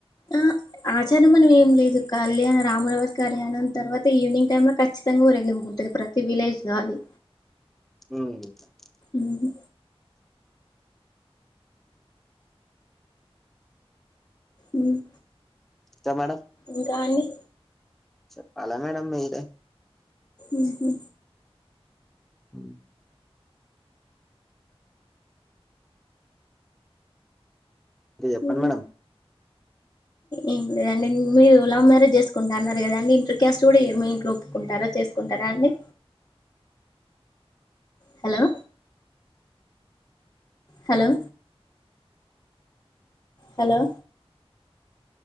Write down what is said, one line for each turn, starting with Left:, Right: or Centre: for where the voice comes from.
Left: ఆహ్ ఆచారం మను ఏం లేదు. కళ్యా రాముల వారి కళ్యాణం తర్వాత ఈవినింగ్ టైం లో ఖచ్చితంగా ఊరేగింపు ఉంటది. ప్రతి విలేజ్ లో అది
Centre: ఉమ్ <unintelligible>
Left: ఉమ్, ఉమ్
Centre: ఇంకా మేడం
Left: ఇంకా అండి
Centre: చెప్పాలా మేడం మీరే
Left: ఉహ్ హు
Centre: హు ఇంక చెప్పండ్
Left: ఉమ్.
Centre: మేడం
Left: ఏం లేదండి మీరు లవ్ మ్యారేజ్ చేసుకుంటా అన్నారు కదండి. ఇంటర్ క్యాస్ట్ గూడా ఈ మీ ఇంట్లో ఒప్పుకుంటారా చేసుకుంటారా అండి. హలో హలో హలో